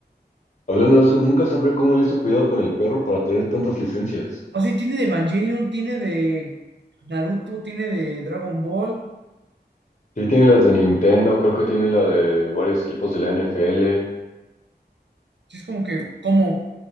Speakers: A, on the left (about 40°); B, on the right (about 80°).
A: hablando de eso, nunca sabré cómo le hizo cuidado con el perro para tener tantas licencias.
B: O sí, tiene de Evangelion, tiene de Naruto, tiene de Dragon Ball.
A: Sí, tiene las de Nintendo, creo que tiene la de varios equipos de la NFL.
B: Sí, es como que, ¿cómo?